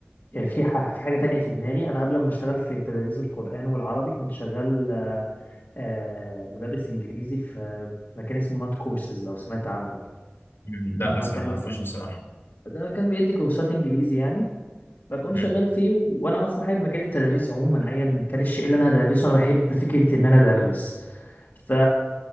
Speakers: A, on the left (about 60°); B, on the left (about 75°).
A: آه، في ح- في حاجه تانية في دماغي انا قبل ما اشتغل في تدريس القران والعربي كنت شغال آه، آه، مدرس انجليزي في في مكان اسمه نوت كورسز لو سمعت عنه
B: مم، لا
A: ده
B: بس
A: مكان
B: ما اعرفوش بصراحة
A: ده مكان بيدي كورسات انجليزي يعني فكنت
B: مم.
A: شغال فيه و... وانا اصلا حابب مجال التدريس عموما ايا كان الشيء اللي انا هدرسه انا بحب فكره ان انا ادرس ف